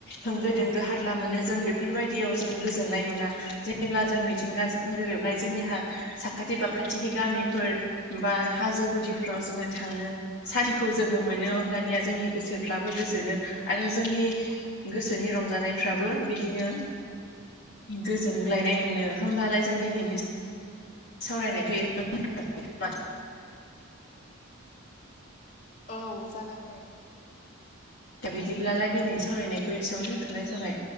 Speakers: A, on the left; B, on the left.
A: होंगो दोंगो हारला मोनो जों बेफोरबायदियाव जों गोजोननाय मोना जेब्ला जों मिथिंगाजों गोरोबनाय जोंनिहा साखाथि फाखाथिनि गामिफोर बा हाजो गुदिफ्राव जोङो थाङो सारिखौ जोङो मोनो अब्लानिया जोंनि गोसोफ्राबो गोजोनो आरो जोंनि गोसोनि रंजानायफ्राबो बिदिनो गोजोनग्लायनाय मोनो होमबालाय जों दिनैनि <unintelligible> सावरायनायखौ एसेयावनो दोन्थ'नो नामा
B: औ जागोन दे
A: दा बिदिब्लालाय दिनैनि सावरायनायखौ एसेयावनो दोनथ'नाय जाबाय।